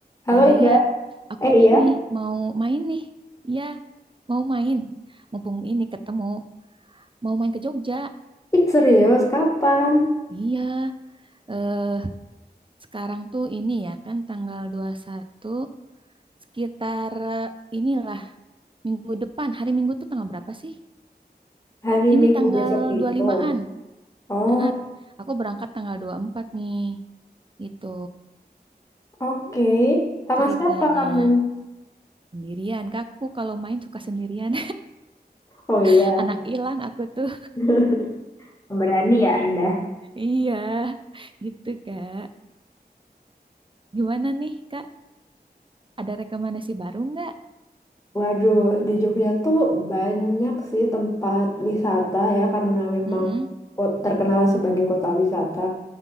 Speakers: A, on the left; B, on the right.
A: Halo
B: Kak Dea,
A: Ega,
B: aku
A: eh iya,
B: ini mau main nih. Iya, mau main. Mumpung ini ketemu, mau main ke Jogja.
A: ih serius kapan?
B: Iya, eh sekarang tuh ini ya kan tanggal 21. sekitar eh, inilah minggu depan. Hari Minggu tuh tanggal berapa sih?
A: Hari
B: Ini
A: Minggu
B: tanggal
A: besok itu.
B: 25-an.
A: Oh,
B: Heeh, aku berangkat tanggal 24 nih. Gitu
A: oke. Sama
B: ceritanya.
A: siapa kamu?
B: Sendirian, Kak. Aku kalau main suka sendirian.
A: Oh iya,
B: <laughs> Anak hilang aku tuh.
A: <laughs> berani ya Anda.
B: Iya, gitu, Kak. Gimana nih, Kak? Ada rekomendasi baru nggak?
A: Waduh, di Jogja tuh banyak sih tempat wisata ya karena memang
B: Mm-mm.
A: ko- terkenal sebagai kota wisata.